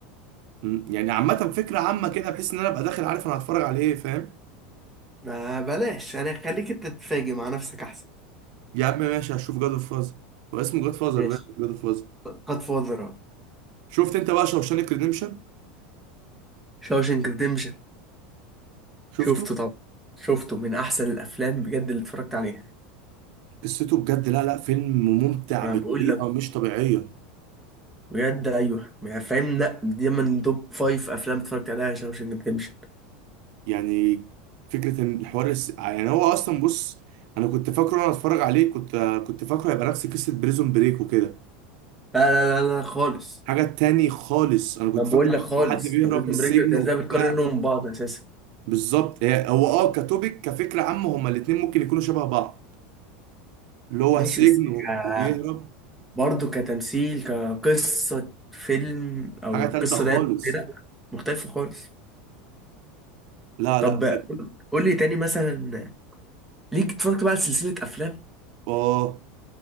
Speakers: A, on the right; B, in the centre.
A: مم. يعني عامة فكرة عامة كده بحيث ان انا ابقى داخل عارف انا هتفرج على ايه فاهم
B: ما بلاش يعني خليك انت تتفاجئ مع نفسك احسن
A: يا عم ماشي هشوف جاد اوف فازر هو اسمه جاد فازر
B: ماشي
A: بقى جاد اوف فازر
B: قد فاضرة
A: شفت انت بقى شوشانك ريديمشن
B: شاوشنك ريديمشن
A: شفته
B: شفته طبعا شفته من احسن الافلام بجد اللي اتفرجت عليها
A: قصته بجد لا لا فيلم ممتع
B: ما
A: بطريقة
B: بقول لك
A: مش طبيعية
B: بجد ايوه ما فاهم لا دي من توب فايف افلام اتفرجت عليها شاوشنج ريديمشن
A: يعني فكرة ان الحوار الس... يعني هو اصلا بص انا كنت فاكره وانا اتفرج عليه كنت كنت فاكره هيبقى نفس قصة بريزون بريك وكده
B: لا لا لا لا خالص
A: حاجة تاني خالص انا كنت
B: ما بقول
A: فاكر
B: لك خالص
A: حد بيهرب
B: طب بريزون
A: من السجن
B: بريك انت ازاي
A: وبتاع
B: بتقارنهم ببعض اساسا
A: بالظبط هي هو اه كتوبيك كفكره عامه هما الاثنين ممكن يكونوا شبه بعض اللي هو
B: ماشي
A: السجن
B: بس ك-
A: و- وبيهرب
B: برضه كتمثيل كقصه فيلم او
A: حاجه تالته
B: قصه دايره
A: خالص
B: لا مختلفه خالص
A: لا
B: طب
A: لا
B: قول
A: بجد
B: قول لي تاني مثلا ليك اتفرجت بقى على سلسله افلام
A: اه